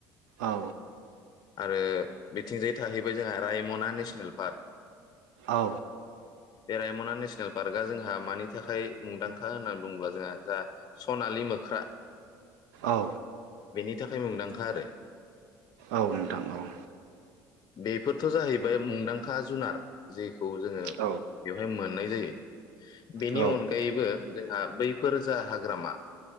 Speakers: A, on the right; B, on the left.
A: औ।
B: ओ बिथिंजाय थाहैबाय जोंहा रायमना नेसनेल पार्क।
A: औ।
B: बे रायमना नेसनेल पार्कआ जोंहा मानि थाखाय मुंदांखा होनना बुंब्ला जोंहा जा सनालि मोख्रा
A: औ।
B: बेनि थाखाय मुंदांखा आरो।
A: औ नोंथां औ।
B: बेफोरथ' जाहैबाय मुंदांखा जुनार जे खौ जोङो
A: औ
B: बेवहाय मोननाय जायो। बेनि
A: औ
B: अनगायैबो जोंहा बैफोर जा हाग्रामा